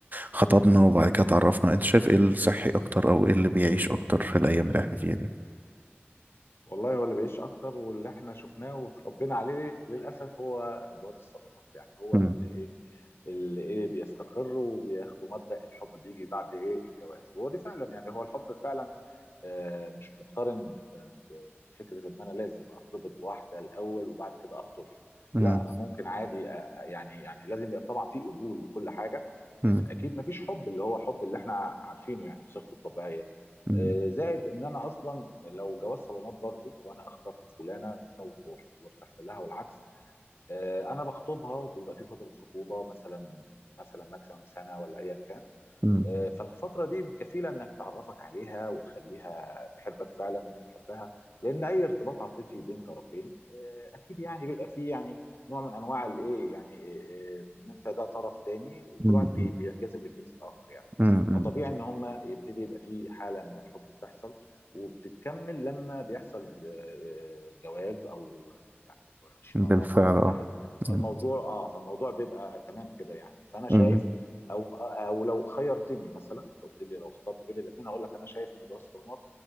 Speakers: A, on the right; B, on the left.
A: خطبنا وبعد كده اتعرفنا انت شايف ايه الصحي اكتر او ايه اللي بيعيش اكتر في الايام اللي احنا فيها دي
B: والله هو اللي بيعيش اكتر واللي احنا شفناه وتربينا عليه للاسف هو جواز الصالونات يعني هو
A: مم.
B: اللي ايه اللي ايه بيستقر وبياخدوا مبدأ الحب بيجي بعد ايه الجواز وهو دي فعلا يعني هو الحب فعلا آه، مش مقترن آه، ب- بفكرة ان انا لازم ارتبط بواحدة الاول وبعد كده اخطبها
A: مم.
B: لا انا ممكن عادي آه، آه، يعني يعني لازم يبقى طبعا في قبول وكل حاجة
A: مم.
B: لكن اكيد مفيش حب اللي هو حب اللي احنا عارفينه يعني بصيغته الطبيعية
A: مم.
B: آه، زائد ان انا اصلا لو جواز صالونات برضو وانا اخترت فلانه وارتحت لها والعكس آه، انا بخطبها وبيبقى في فتره خطوبه مثلا مثلا ماكسيمم سنه ولا ايا كان
A: مم.
B: آه، فالفترة دي كفيلة انك تعرفك عليها وتخليها تحبك فعلا وانت تحبها لان اي ارتباط عاطفي بين طرفين آه، اكيد يعني بيبقى فيه يعني نوع من انواع الايه يعني آه، آه، ان انت ده طرف تاني وكل
A: مم.
B: واحد بي- بينجذب للجنس الاخر يعني
A: مم. مم.
B: فطبيعي ان هما يبتدي يبقى فيه حالة من الحب بتحصل وبتتكمل لما بيحصل آه، آه، جواز او يعني يكونوا عايشين
A: مم.
B: مع
A: بالفعل
B: بعض في بيت
A: اه
B: واحد
A: مم.
B: فالموضوع اه فالموضوع بيبقى تمام كده يعني فانا
A: مم.
B: شايف او او لو خيرتني مثلا لو قلت لي لو اختار بين الاثنين هقول لك انا شايف ان جواز الصالونات